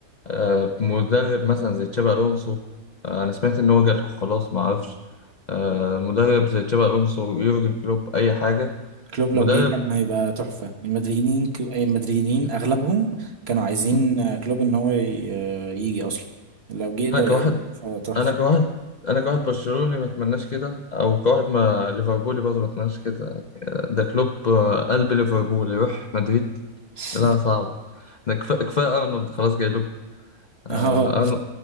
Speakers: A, on the left; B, on the right.
A: آه، مدرب مثلا زي تشابي الونسو آه، انا سمعت ان هو جالكوا خلاص ما اعرفش آه،
B: مم.
A: مدرب زي تشابي الونسو يورجن كلوب اي حاجه
B: كلوب
A: مدرب
B: لو جه كان هيبقى تحفة المدريدين ك- المدريدين اغلبهم كانوا عايزين
A: مم.
B: آه، كلوب ان هو ي- آه، يجي اصلا لو جه ده
A: انا كواحد
B: هيبقى تحفة تحفة
A: انا كواحد انا كواحد برشلوني ما اتمناش كده او كواحد ما ليفربولي برضه ما اتمناش كده آه، ده كلوب آه، قلب ليفربول يروح مدريد
B: <laughs>
A: لا صعب ده كفايه كفايه ارنولد خلاص جاي لكم اه
B: اه
A: أرن-